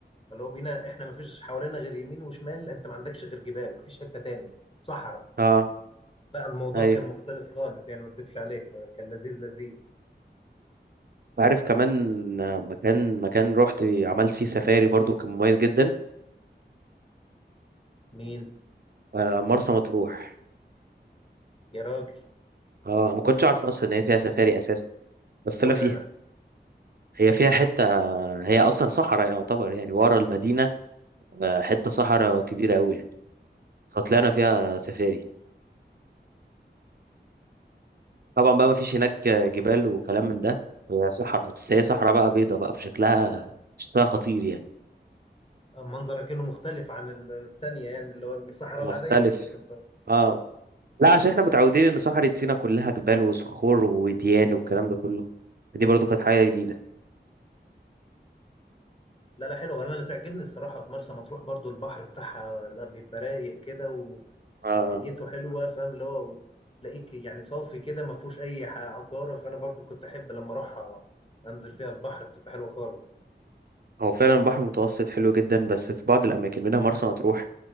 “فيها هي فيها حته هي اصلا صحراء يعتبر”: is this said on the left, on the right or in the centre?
Right